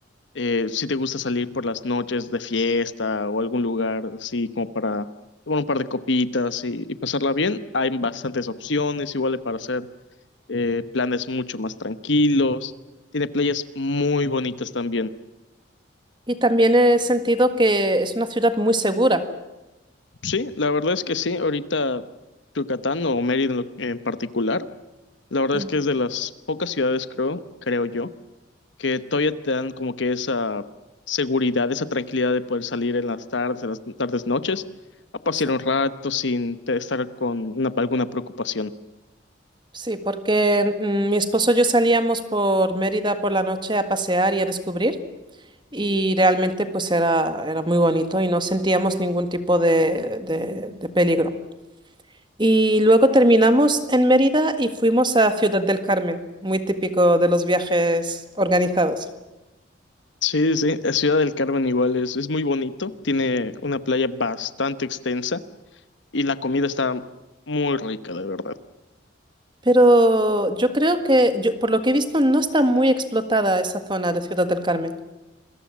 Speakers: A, on the left; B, on the right.
A: eh, si te gusta salir por las noches de fiesta o algún lugar así como para tomar un par de copitas y, y pasarla bien, hay bastantes opciones, igual para hacer eh, planes mucho más tranquilos. Tiene playas muy bonitas también.
B: Y también he sentido que es una ciudad muy segura.
A: Sí, la verdad es que sí, ahorita Yucatán o Mérida en, lo- en particular, la verdad
B: Ujú.
A: es que es de las pocas ciudades, creo, creo yo que todavía te dan como que esa seguridad, esa tranquilidad de poder salir en las tardes, en las tardes, noches, a pasear
B: Sí,
A: un rato sin te- estar con una- alguna preocupación.
B: sí, porque mm, mi esposo y yo salíamos por Mérida por la noche a pasear y a descubrir. Y realmente pues era, era muy bonito y no sentíamos ningún tipo de, de- de peligro. Y luego terminamos en Mérida y fuimos a Ciudad del Carmen, muy típico de los viajes organizados.
A: Sí, sí, sí, la Ciudad del Carmen igual es, es muy bonito, tiene una playa bastante extensa y la comida está muy rica, de verdad.
B: Pero yo creo que, yo- por lo que he visto, no está muy explotada esa zona de Ciudad del Carmen.